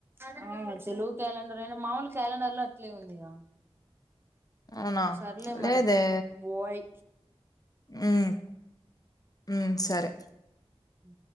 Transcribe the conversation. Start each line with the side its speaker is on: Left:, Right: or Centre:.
Right: ఆ తెలుగు క్యాలెండర్ అనా మాముూలు క్యాలెండర్ లో అట్లే ఉందిగా
Left: అవునా
Right: సర్లే మరి
Left: లేదే
Right: బోయ్
Left: ఉమ్ ఉం సరే
Right: అ